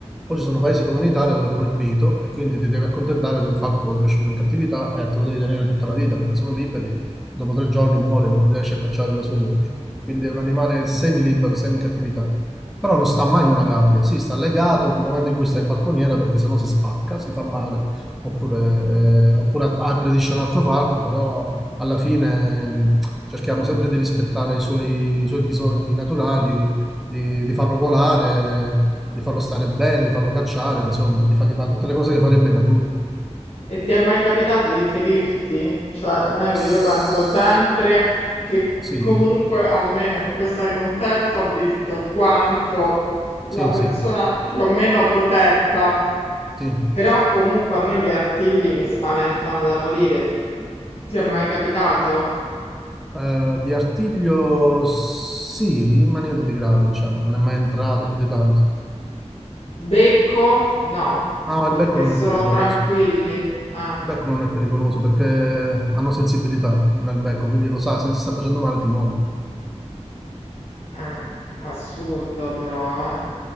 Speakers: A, in the centre; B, on the left.
A: Poi ci sono paesi come in Italia dove è proibito e quindi ti devi accontentare di un falco cresciuto in cattività e te lo devi tenere tutta la vita perché sono liberi, dopo tre giorni muore, non riesci a cacciare da solo, capito? Quindi è un animale semi-libero, semi-cattività. Però non sta mai in una gabbia, sì, sta legato nel momento in cui sta in falconiera perché sennò si spacca, si fa male, oppure, eh, oppure aggredisce un altro falco, però alla fine mh, cerchiamo sempre di rispettare i suoi, i suoi bisogni naturali, di, di farlo volare, di farlo stare bene, di farlo cacciare, insomma, di fargli fare tutte le cose che farebbe in natura.
B: E ti è mai capitato di ferirti? Cioè, a me-
A: S-
B: io penso sempre che
A: Sì,
B: comunque, almeno in questo contesto, ho visto il guanto,
A: sì,
B: la persona
A: sì,
B: più o meno protetta,
A: sì.
B: però comunque a me gli artigli mi spaventano da morire. Ti è mai capitato?
A: Eh, di Artiglio sì, ma niente di grave, diciamo, non è mai entrato più di tanto.
B: Becco no,
A: No,
B: perché
A: il becco non
B: sono
A: è pericoloso.
B: tranquilli. Eh,
A: Il becco non è pericoloso perché hanno sensibilità nel becco, quindi lo sa, se ti sta facendo male ti muovi.
B: eh, assurdo però, eh.